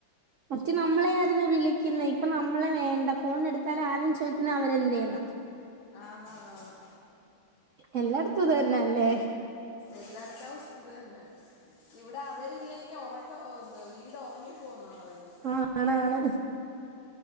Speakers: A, on the right; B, on the left.
A: മറ്റേ നമ്മളെ ആരുന്നു വിളിക്കുന്നെ ഇപ്പൊ നമ്മളെ വേണ്ട ഫോൺ എടുത്താൽ ആദ്യം ചോയിക്കുന്ന അവരെന്ത്യന്നാ
B: ആന്നാന്നാന്ന്
A: എല്ലാടത്തു ഇത് തന്ന ആല്ലേ
B: എല്ലായിടത്തെ അവസ്ഥ ഇത് തന്നെ ഇവിടെ അവരില്ലെങ്കി ഒറക്ക ഓ എന്താ വീട് ഒറങ്ങി പോന്ന പറുന്നു
A: ആഹ് ആണാണ്